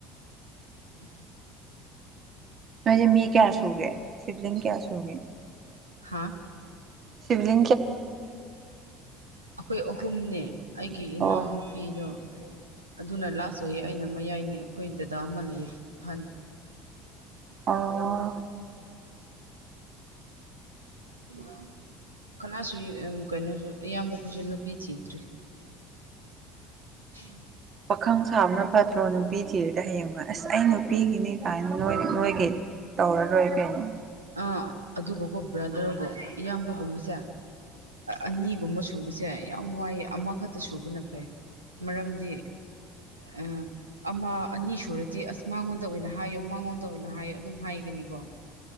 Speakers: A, on the right; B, on the right.
A: <unintelligible>
B: ꯃꯣꯏꯗꯤꯦ ꯃꯤ ꯀꯌꯥ ꯁꯨꯒꯦ ꯁꯤꯕꯂꯤꯡ ꯀꯌꯥ ꯁꯨꯒꯦ
A: ꯍꯥꯥ
B: ꯁꯤꯤꯕꯂꯤ
A: ꯑꯩꯈꯣꯏ ꯑꯍꯨꯝꯅꯦ ꯑꯩꯒꯤ ꯏꯅꯥꯎꯅꯨꯄꯤꯗꯣ
B: ꯑꯣ
A: ꯑꯗꯨꯅ ꯂꯥꯁ ꯑꯣꯏꯌꯦ ꯑꯩꯅ ꯃꯌꯥꯏꯅꯦ ꯑꯩꯈꯣꯏ ꯗꯗꯥ ꯑꯃ ꯂꯩꯌꯦ ꯑꯍꯟ
B: ꯑꯣ
A: ꯑꯣ ꯀꯅꯥꯁꯨ ꯀꯩꯅꯣꯁꯨ ꯏꯌꯥꯝꯕ ꯑꯩꯁꯨ ꯅꯨꯄꯤ ꯊꯤꯗ꯭꯭ꯔꯔꯤ ꯎꯝ
B: ꯄꯥꯈꯪ ꯁꯥꯕꯅ ꯐꯠꯇ꯭ꯔꯣ ꯅꯨꯄꯤ ꯊꯔꯗ ꯍꯌꯦꯡꯉ ꯑꯁ ꯑꯩ ꯅꯨꯄꯤꯒꯤꯅꯤ ꯀꯥꯏꯅ ꯅꯣꯏ ꯑꯩꯒꯤ ꯇꯧꯔꯔꯣꯏ ꯀꯩꯅꯣ
A: ꯑꯥ ꯑꯗꯨꯒꯀꯣ ꯕ꯭ꯔꯥꯗꯔꯕꯨꯣ ꯏꯌꯥꯝꯕꯒꯨꯝꯕꯁꯦ ꯑꯅꯤꯒꯨꯝꯕ ꯁꯨꯕꯁꯦ ꯌꯥꯝ ꯋꯥꯏꯑꯦ ꯑꯃꯈꯛꯇ ꯁꯨꯕꯅ ꯐꯩ ꯃꯔꯝꯗꯤ ꯑ ꯑꯃ ꯑꯅꯤ ꯁꯨꯔꯗꯤ ꯑꯁ ꯃꯉꯣꯟꯗ ꯑꯣꯏꯅ ꯍꯥꯏꯌꯣ ꯃꯉꯣꯟꯗ ꯑꯣꯏꯅ ꯍꯥꯏꯌꯣ ꯑꯗꯨꯝ ꯍꯥꯏꯒꯅꯤꯀꯣ